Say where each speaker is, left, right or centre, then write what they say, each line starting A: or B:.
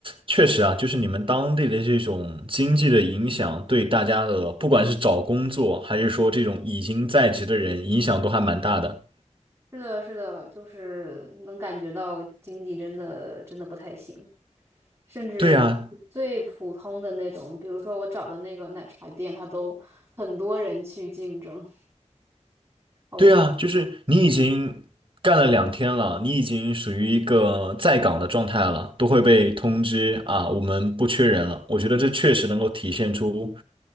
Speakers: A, on the right; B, on the right.
A: 确实啊，就是你们当地的这种经济的影响，对大家的不管是找工作，还是说这种已经在职的人，影响都还蛮大的。
B: 是的，是的，就是能感觉到经济真的真的不太行，甚至最普通的那种，
A: 对啊，
B: 比如说我找的那个奶茶店，它都很多人去竞争。哦，
A: 对啊，就是你已经干了两天了，你已经属于一个在岗的状态了，都会被通知啊，我们不缺人了。我觉得这确实能够体现出。